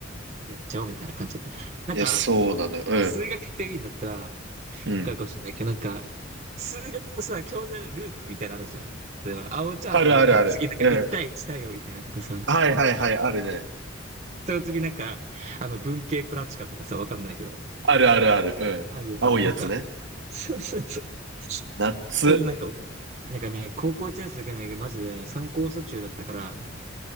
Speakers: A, on the right; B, on the right.
A: やっちゃおうみたいな感じだった。なんか、
B: いや、そうなのよ。うん。
A: 数学やってみるんだったら、わ
B: うん。
A: かるかもしれないけど、なんか、数学のさ、教材のルートみたいなのあるじゃん。例えば、青チャートだったら次なんか1対1対応みたいなのとかさ、
B: あるあるある。うん。はいはいはい、あるね。
A: その次なんか、あの、文系プラチカとかさ、わかんないけど、
B: あるあるある。うん。
A: あるよね。
B: 青いやつね。
A: なんか、そうそうそう。
B: ナッツ。
A: それなんか、なんかね、高校1年生だけどね、マジでね、参考書中だったから、